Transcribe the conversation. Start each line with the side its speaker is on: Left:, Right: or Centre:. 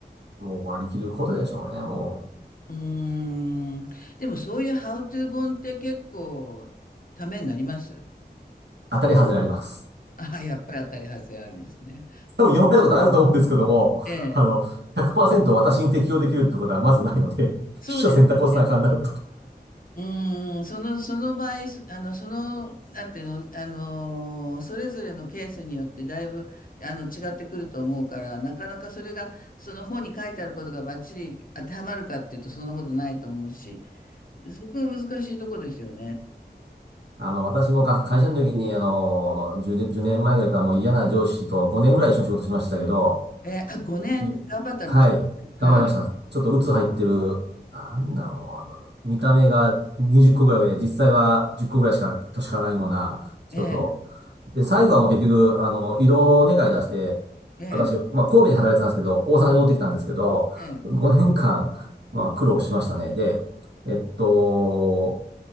Right: もう割り切ることでしょうね。もう、
Left: うーん。でもそういうハウトゥー本って結構ためになります
Right: 当たり外れあります。
Left: ああ、<laughs> やっぱり当たり外れあるんですね。
Right: 多分読まれたことあると思うんですけども、
Left: ええ
Right: あの、100%私に適用できるってことはまずないので、<laughs>
Left: そうですよね
Right: 取捨選択をせなあかんなと。
Left: うーんそのその場合そあのそのなんていうのあのーそれぞれのケースによってだいぶあの違ってくると思うからなかなかそれがその本に書いてあることがバッチリ当てはまるかっていうとそんなことないと思うしそこが難しいとこですよね
Right: あの、私もか会社の時に、あの、10年、1年前ぐらいからもう嫌な上司と5年ぐらい一緒に仕事しましたけど、
Left: えあごねん頑張ったんですねはい
Right: うんはい、頑張りました。ちょっと鬱入ってる、なんだもう、あの、見た目が20個ぐらい上、実際は10個ぐらいしか年からないような人と、
Left: ええ
Right: で、最後はもう結局、あの、異動願い出して、
Left: え
Right: 私、まあ、神戸に働いてたんですけど、大阪に持ってきたんですけど、
Left: え
Right: 5年間、まあ、苦労しましたね。で、えっと、